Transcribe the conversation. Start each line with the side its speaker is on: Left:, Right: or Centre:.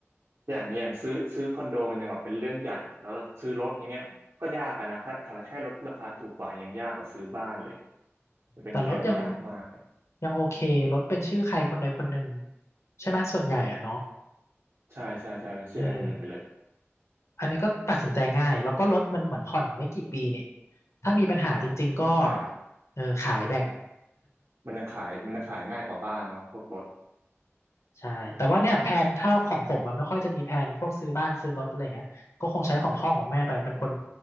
Right: อย่างอย่างซื้อซื้อคอนโดมันยังแบบเป็นเรื่องใหญ่อะแล้วซื้อรถอย่างเงี้ยก็ยากอะนะถ้าถ้าแค่รถราคาถูกกว่ายังยากกว่าซื้อบ้านเลยมันเป็นแพลนที่ยากมากเลย
Left: แต่รถยังยังโอเครถเป็นชื่อใครคนใดคนหนึ่งใช่ไหมส่วนใหญ่อ่ะเนาะ
Right: ใช่ใช่ใช่เป็นชื่อใครคนหนึ่งไปเลย
Left: เอออันนี้ก็ตัดสินใจง่ายแล้วก็รถมันเหมือนผ่อนไม่กี่ปีนี่ถ้ามีปัญหาจริงๆก็
Right: ก็ใช่ครับ
Left: เออขายแบ่ง
Right: มันจะขายมันจะขายง่ายกว่าบ้านเนาะพวกรถ
Left: ใช่แต่ว่าเนี่ยแผนถ้าของผมมันไม่ค่อยจะมีแผนพวกซื้อบ้านซื้อรถอะไรเงี้ยก็คงใช้ของพ่อของแม่ไปเป็นคน